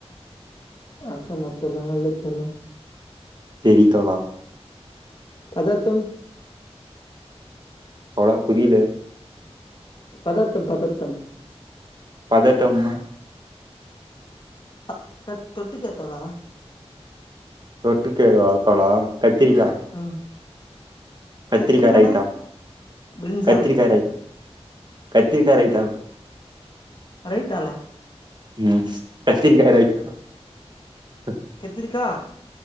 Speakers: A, on the left; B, on the right.
A: ரசமத்துருதா நல்லது தோளா
B: செரி தோளா
A: பதத்தம்.
B: தோழா புரியல
A: பதத்தம் பதத்தம்
B: பதட்டம்னா
A: ஆ க தொட்டுக்கத் தோளா
B: தொட்டுக்கவா தோளா கத்திரிக்கா.
A: ம்
B: கத்திரிக்கா
A: கத்திரிக்கானா
B: ரயிட்டா
A: பிரிஞ்சால்
B: கத்திரிக்கா ரயிட் கத்திரிக்கா ரயித்தா
A: ரைட்டால
B: ம் கத்திரிக்கா ரயித்தா ம்
A: கத்திரிக்கா